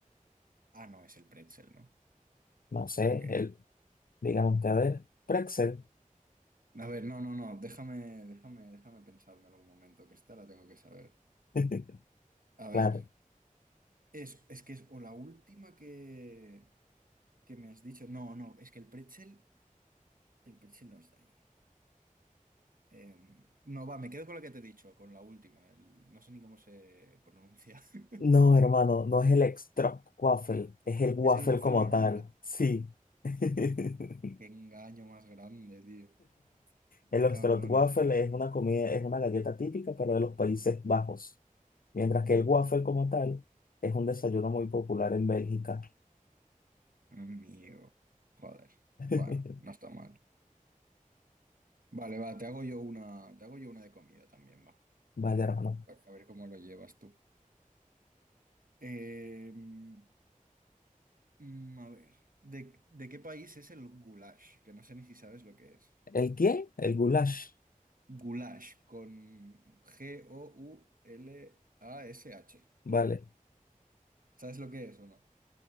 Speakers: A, on the right; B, on the left.
A: Ah, no, es el pretzel, ¿no?
B: no sé,
A: Ok.
B: el, digan ustedes, pretzel.
A: A ver, no, no, no, déjame, déjame, déjame pensármelo un momento, que esta la tengo que saber.
B: <laughs>
A: A ver,
B: Claro.
A: es, es que es o la última que... ¿Qué me has dicho? No, no, es que el pretzel, el pretzel no está ahí Em, no, va, me quedo con lo que te he dicho, con la última. el- no sé ni cómo se pronuncia. <laughs>
B: No, hermano, no es el extra waffle, es el waffle
A: Es el waffle
B: como
A: normal.
B: tal. Sí. <laughs>
A: Qué engaño más grande, tío.
B: El
A: Qué cabrones.
B: waffle es una comida, es una galleta típica, pero de los Países Bajos, mientras que el waffle como tal es un desayuno muy popular en Bélgica.
A: Amigo. Joder.
B: <laughs>
A: Bueno, no está mal. Vale, va, te hago yo una, te hago yo una de comida también, va.
B: Vale, hermano.
A: A a ver cómo lo llevas tú. Em, mm, a ver, ¿de, de qué país es el goulash? Que no sé ni si sabes lo que es.
B: ¿El qué? El goulash.
A: Goulash con G-O-U-L-A-S-H.
B: Vale.
A: ¿Sabes lo que es o no?